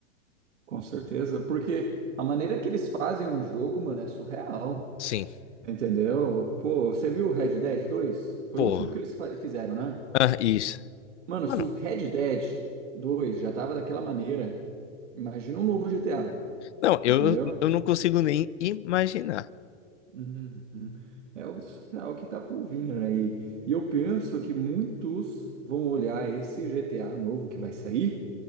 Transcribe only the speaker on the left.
Sim,
porra.
Ah, isso.
Mano,
não, eu,
eu não consigo nem imaginar.